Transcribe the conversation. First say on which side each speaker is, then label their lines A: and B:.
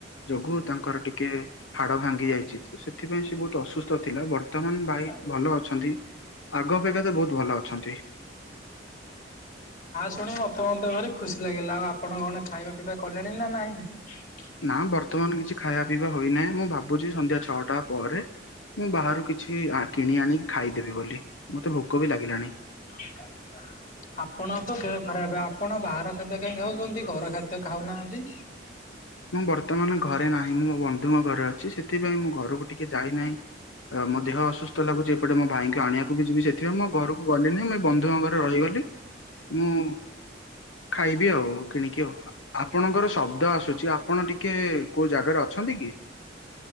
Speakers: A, on the left; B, on the left.
A: ଯୋଗୁ ତାଙ୍କର ଟିକେ ହାଡ଼ ଭାଙ୍ଗି ଯାଇଛି ତ ସେଥିପାଇଁ ସେ ବହୁତ ଅସୁସ୍ଥ ଥିଲା ବର୍ତ୍ତମାନ ଭାଇ
B: <unintelligible> ତାହା
A: ଭଲ ଅଛନ୍ତି। ଆଗ ଅପେକ୍ଷା ତ ବହୁତ ଭଲ ଅଛନ୍ତି।
B: ଶୁଣି ମତେ ମଧ୍ୟ ଭାରି ଖୁସି ଲାଗିଲା ଆଉ ଆପଣ କଣ ଖାଇବା ପିଇବା କଲେଣି ନା ନାହିଁ? <unintelligible>
A: ନା ବର୍ତ୍ତମାନ୍ କିଛି ଖାଇବା ପିଇବା ହୋଇନାହିଁ ମୁଁ ଭାବୁଚି ସନ୍ଧ୍ୟା ଛଅଟା ପରେ ମୁଁ ବାହାରୁ କିଛି କିଣି ଆଣିି ଖାଇଦେବି ବୋଲି ମତେ ଭୋକ ବି ଲାଗିଲାଣି।
B: <unintelligible> ଆପଣଙ୍କର ତ ଦେହ ଖରାପ୍ ଆପଣ ବାହାର ଖାଦ୍ୟ କାହିଁକି ଖାଉଚନ୍ତି ଘର ଖାଦ୍ୟ ଖାଉନାହାନ୍ତି?
A: ମୁଁ ବର୍ତ୍ତମାନ ଘରେ ନାହିଁ ମୁଁ ମୋ ବନ୍ଧୁଙ୍କ ଘରେ ଅଛି ସେ ସେଥିପାଇଁ ମୁଁ ଘରକୁ ଟିକେ ଯାଇନାହିଁ ମୋ ଦେହ ଅସୁସ୍ଥ ଲାଗୁଛି ଏପଟେ ମୋ ଭାଇଙ୍କୁ ଆଣିବା କୁ ଯିବି ସେଥିପାଇଁ ମୋ ଘରକୁ ଗଲି ନି ମୁ ଏଇ ବନ୍ଧୁଙ୍କ ଘରେ ରହିଗଲି ମୁଁ ଖାଇବି ଆଉ କିଣିକି ଆଉ ଆପଣଙ୍କର ଶବ୍ଦ ଆସୁଛି ଆପଣ ଟିକେ କୋଉ ଜାଗାରେ ଅଛନ୍ତି କି?